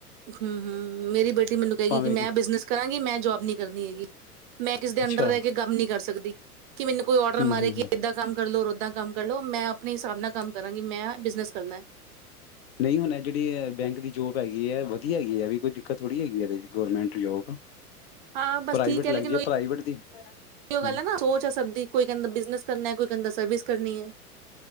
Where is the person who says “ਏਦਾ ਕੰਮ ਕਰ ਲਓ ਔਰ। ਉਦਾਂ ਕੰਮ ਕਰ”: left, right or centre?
Right